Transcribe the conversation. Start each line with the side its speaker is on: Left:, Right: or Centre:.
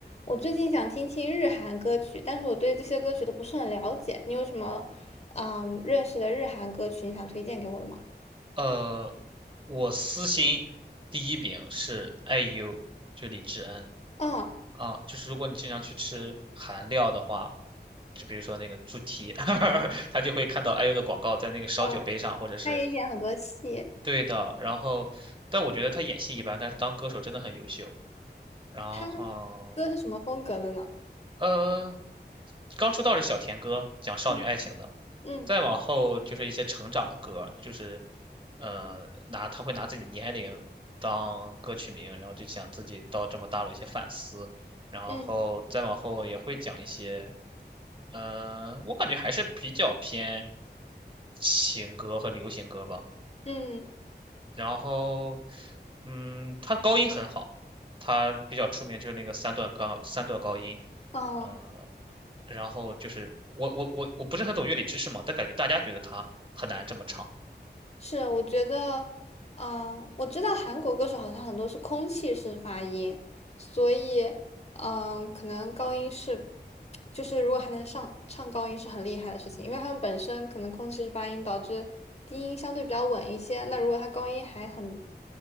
Left: 我最近想听听日韩歌曲，但是我对这些歌曲都不是很了解。你有什么嗯认识的日韩歌曲你想推荐给我的吗？
Right: 呃，我私心第一名是 IU，n
Left: 嗯
Right: 啊，就是如果你经常去吃韩料的话，就比如说那个猪蹄，<laughs> 他就会看到 IU 的广告在那个烧酒杯上，
Left: 嗯，
Right: 或者是
Left: 他也演很多戏，
Right: 对的。然后，但我觉得他演戏一般，但是当歌手真的很优秀。然后，
Left: 他歌是什么风格的呢？
Right: 呃，刚出道是小甜歌，讲少女爱情的。
Left: 嗯嗯
Right: 再往后就是一些成长的歌，就是呃拿他会拿自己年龄当歌曲名，然后就想自己到这么大了一些反思，然后再往后也会讲一些，
Left: 嗯
Right: 嗯、我感觉还是比较偏情歌和流行歌吧。
Left: 嗯，
Right: 然后，嗯，他高音很好，他比较出名就是那个三段高三段高音，
Left: 哦、
Right: 呃，然后就是我我我我不是很懂乐理知识嘛，但感觉大家觉得他很难这么唱，
Left: 是，我觉得，嗯、我知道韩国歌手好像很多是空气式发音，所以，嗯、可能高音是，就是如果还能上唱高音是很厉害的事情，因为他们本身可能空气式发音导致低音相对比较稳一些，那如果他高音还很